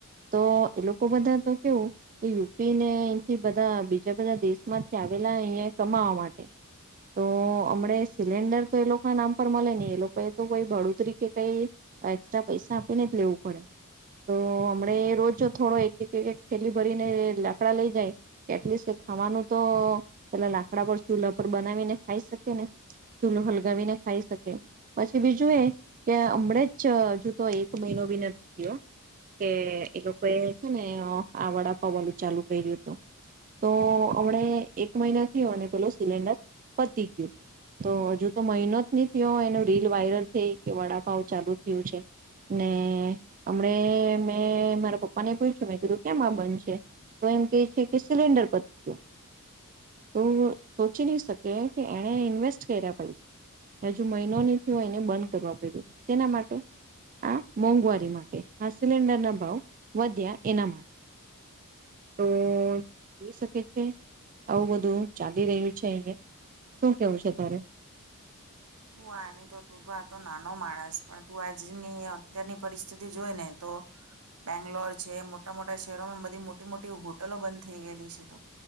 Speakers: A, on the right; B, on the right.
A: તો એ લોકો બધા તો કેવું કે યુ પી ને અહીથી બધા બીજા બધા દેશમાંથી આવેલા અહીયા કમાવા માટે. તો હમણે સિલિન્ડર તો એ લોકો નામ પર મલે નહી એ લોકો તો કોઈ બડોતરી કે કઈ એસ્ટ્રા પૈસા આપીને જ લેવું પડે. તો હમડે રોજ થોડો એક એક એક એક થેલી ભરીને લાકડા લઈ જાય કે એટલીશ એ ખાવાનું તો પેલા લાકડા પર ચૂલા પર બનાવીને ખાઈ શકે ને. ચૂલો હલગાવીને ખાઈ શકે. પછી બીજું એ કે હમણે જ હજુ તો એક મહિનો ભી નથી થયો કે એ લોકોએ છે ને આ વડાપાવ વલું ચાલુ કર્યું તું. તો હમણે એક મહિનો થયો અને પેલો સિલિન્ડર પતી ગયું. તો હજુ તો મહિનો ની થયો એનું રીલ વાયરલ થઈ કે વડા ભાવ ચાલુ થયું છે ને હમણે મેં મારા પપ્પાને પૂછછું મેં કીધું કેમ આ બંધ છે. તો એમ કે છે કે સિલિન્ડર પતી ગયો. તો સોચી નહી શકે કે એને ઇન્વેસ્ટ કર્યા પૈસ એ હજુ મહિનોની એને બંધ કરવા પડ્યું શેના માટે આ મોંઘવારી માટે આ સિલિન્ડર ના ભાવ વધ્યા એના માટ તો જોઈ શકે છે આવું બધું ચાલી રહ્યું છે અહીંયે શું કેવું છે તારે?
B: તું આની તો તું તો આ તો નાનો માણસ પણ તું આજની અત્યારની પરિસ્થિતિ જોઈ ને તો બેંગ્લોર છે મોટા મોટા શહેરોમાં બધી મોટી મોટી હોટલો બંધ થઈ ગયેલી છે તો.